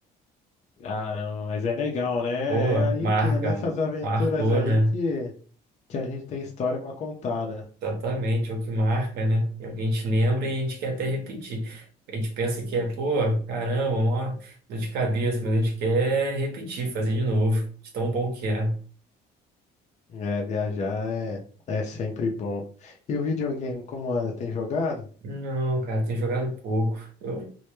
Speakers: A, on the left (about 45°); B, on the right (about 70°).
A: Caramba, mas é legal, né?
B: Pô,
A: É aí
B: marca,
A: que é nessas aventuras
B: marcou,
A: aí
B: né?
A: que, que a gente tem história pra contar, né?
B: Exatamente, é o que marca, né? E alguém te lembra e a gente quer até repetir. A gente pensa que é, pô, caramba, mó dor de cabeça, mas a gente quer repetir, fazer de novo, de tão bom que é.
A: É, viajar é, é sempre bom. E o videogame, como anda? Tem jogado?
B: Não, cara, tem jogado pouco. Eu,